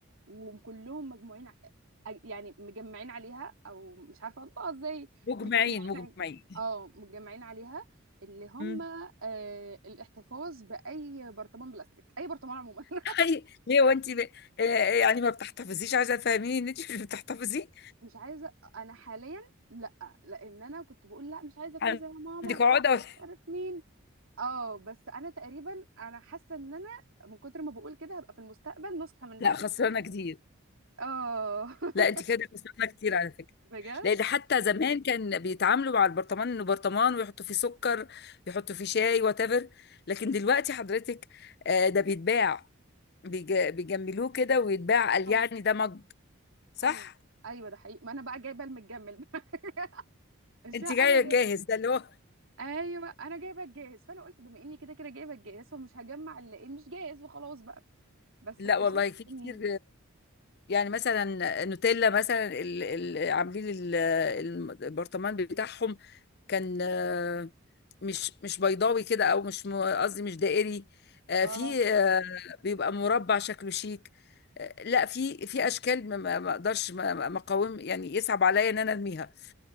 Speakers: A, on the right; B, on the left.
A: وكلهم مجموعين ع- يعني مجمعين عليها او مش عارفه انطقها ازاي
B: مجمعين
A: متجمعين
B: مجمعين
A: ع- اه متجمعين عليها اللي هم
B: مم.
A: آه الاحتفاظ باي برطمان بلاستيك اي برطمان عموما <laughs>
B: <laughs> أي- ليه وانت ب... آه آه، يعني ما بتحتفظيش عايزه تفهميني ان انت مش بتحتفظي
A: مش عايزه انا حاليا لا لان انا كنت بقول لا مش عايزه اكون
B: عندك
A: زي ماما
B: عقده ولا
A: مش عارف مين اه بس انا تقريبا انا حاسه ان انا من كتر ما بقول كده هبقى في المستقبل نسخه منها
B: لا
A: كده
B: خسرانه كتير
A: اه <laughs>
B: لا انت كده خسرانه كتير على فكره
A: بجد
B: لان حتى زمان كان بيتعاملوا مع البرطمان انه برطمان ويحطوا فيه سكر يحطوا فيه شاي وات ايفر لكن دلوقتي حضرتك آه، ده بيتباع بيج- بيجملوه كده ويتباع قال
A: ايوه
B: يعني ده مج صح
A: ايوه ايوه ده حقيقي ما انا بقى جايبه المتجمل <laughs> مش
B: انت
A: ه-
B: جايه
A: انا جايبه
B: جاهز ده اللي هو
A: ايوه انا جايبه الجاهز فانا قلت بما اني كده كده جايبه الجاهز فمش هجمع اللي إيه، مش جاهز وخلاص بقى بس
B: لا
A: اكتشفت
B: والله في كتير
A: ان
B: يعني مثلا نوتيلا مثلا ال- ال- عاملين ال- البرطمان بتاعهم كان آه، مش مش بيضاوي كده او مش م- قصدي مش دائري آه،
A: اه
B: في آه، بيبقى مربع شكله شيك آه، لا في في اشكال ما ما- ما اقدرش ما- ما- مقاوم يعني يصعب عليا ان انا ارميها